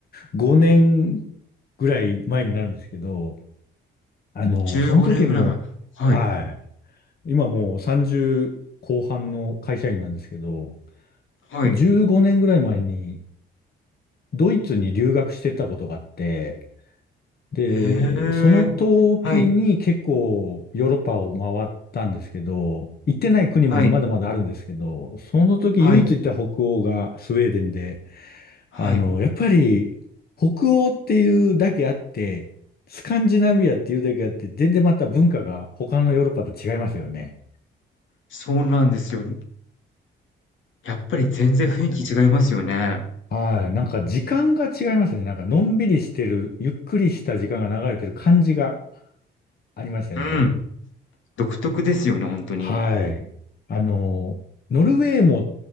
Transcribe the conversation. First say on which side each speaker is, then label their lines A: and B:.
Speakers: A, on the left; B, on the left.
A: 年ぐらい前になるんですけど、あの、
B: 15年ぐらい前。
A: その時も、
B: はい。
A: はい、今もう30後半の会社員なんですけど、
B: はい。
A: 15年ぐらい前にドイツに留学してたことがあって、で、
B: へえ。
A: その時に結構ヨーロッパを回ったんですけど、
B: はい。
A: 行ってない国もまだまだあるんですけど、
B: はい。
A: その時唯一行った北欧がスウェーデンで、
B: はい。はい。
A: あの、やっぱり北欧っていうだけあって、スカンジナビアっていうだけあって、全然また文化が他のヨーロッパと違いますよね。
B: そうなんですよ。やっぱり全然雰囲気違いますよね。
A: はい。なんか時間が違いますね。なんかのんびりしてる、ゆっくりした時間が流れてる感じがありましたね。
B: うん。独特ですよね、ほんとに。
A: はい。あの、ノルウェーも、